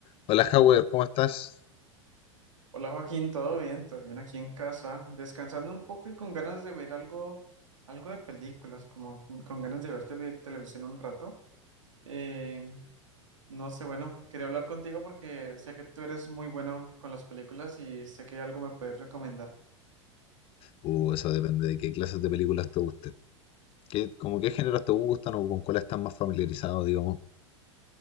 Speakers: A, on the left; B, on the right.
A: Hola, Howard, ¿cómo estás?
B: Hola Joaquín, ¿todo bien? ¿Todo bien aquí en casa? Descansando un poco y con ganas de ver algo, algo de películas, como con ganas de ver tele- televisión un rato. Eh, no sé, bueno, quería hablar contigo porque sé que tú eres muy bueno con las películas y sé que algo me puedes recomendar.
A: Uh, eso depende de qué clases de películas te gusten. ¿Qué, como qué géneros te gustan o con cuáles estás más familiarizado, digamos?